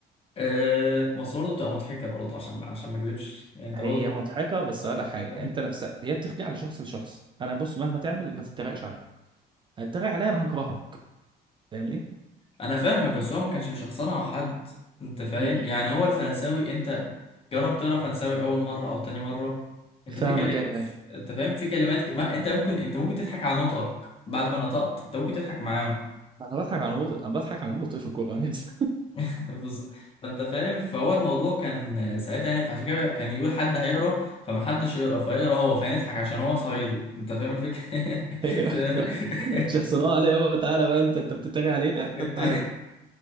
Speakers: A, on the left; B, on the right.
A: آه، بس برضه بتبقى مضحكه برضه عشان عشان ما اكذبش يعني انت
B: هي
A: برضه
B: مضحكه بس
A: انت
B: اقول لك حاجه
A: فاهم
B: انت نفسها هي بترجع لشخص لشخص انا بص مهما تعمل ما تتريقش عليا هتتريق عليا انا هكرهك فاهمني
A: انا فاهمك بس هو ما كانش بيشخصنها مع حد انت فاهم
B: م-م.
A: يعني هو الفرنساوي انت جرب تقرا فرنساوي اول مره او تاني مره انت
B: فاهمك
A: في كلمات
B: ايوه ايوه
A: انت فاهم في كلمات ك... ما انت ممكن انت ممكن تضحك على نطقك بعد ما نطقت انت ممكن تضحك معاهم
B: انا بضحك على نقطة انا بضحك على نقطة في الكوره بس.
A: <laughs> بص- فانت فاهم فهو الموضوع كان ساعتها يعني فعشان كده كان يقول حد هيقرا فما حدش يقرا فيقرا هو فنضحك عشان هو صعيدي انت فاهم الفكره <laughs>
B: <laughs> أيوة.
A: انت <laughs>
B: شخصناه عليه هو تعالى بقى انت انت بتتريق علينا
A: انت
B: طب تعالى